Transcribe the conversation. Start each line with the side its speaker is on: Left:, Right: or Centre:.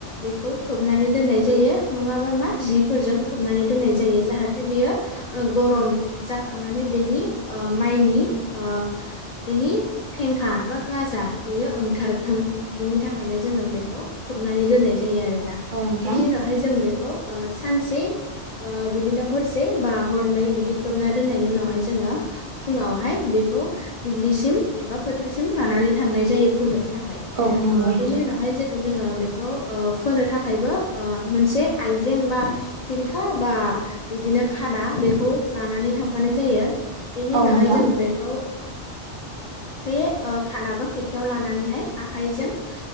Left: बेखौ खोबनानै दोननाय जायो नङाबा मा जिफोरजों खोबनानै दोननाय जायो जाहाथे बेयो ओ गरम जाखांनानै बेनि ओ माइनि ओ बिनि फेंखा बा गाजा बेयो ओंखारथों बिनि था ओंखायनो जोङो बेखौ खोबनानै दोननाय जायो आरोना
Right: औ नोंथां
Left: बेनि उनावहाय जों बेखौ ओ सानसे ओ बिदिनो हरसे बा हरनै बिदि खोबना दोननायनि उनावहाय जोङो फुङावहाय बेखौ दुब्लिसिम बा फोथारसिम लानानै थांनाय जायो फोनो थाखाय।
Right: औ नंगौ नोंथां।
Left: जाहाय जेखो जोङो बेखौ ओ फोनो थाखायबो ओ मोनसे आइजें बा खिरखा बा बिदिनो खादा बेखौ लानानै थांफानाय जायो। बेनि
Right: औ
Left: उनावहाय
Right: नोंथां
Left: जों बेखौ बे खादाबा खिरखायाव लानानैहाय आखाइजों ओ